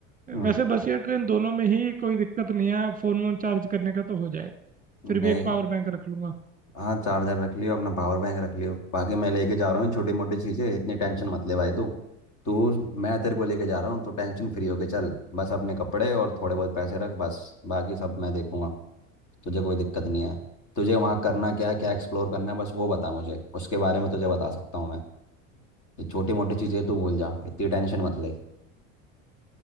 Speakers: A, on the left (about 45°); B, on the right (about 20°).
A: हम्म
B: वैसे बस या ट्रेन दोनों में ही कोई दिक्कत नहीं है फोन वोन चार्ज करने का तो हो जाएगा फिर
A: नहीं
B: भी एक पावर बैंक रख लूंगा
A: हाँ चार्जर रख लियो अपना पावर बैंक रख लियो बाकी मैं लेके जा रहा हूँ छोटी मोटी चीज़ें इतनी टेंशन मत ले भाई तू तू मैं तेरे को लेके जा रहा हूँ तो टेंशन फ्री होके चल बस अपने कपड़े और थोड़े बहुत पैसे रख बस बाकी सब मैं देखूंगा तुझे कोई दिक्कत नहीं है तुझे वहाँ करना क्या है क्या एक्सप्लोर करना है बस वो बता मुझे उसके बारे में तुझे बता सकता हूँ मैं ये छोटी मोटी चीज़ें तू भूल जा इतनी टेंशन मत ले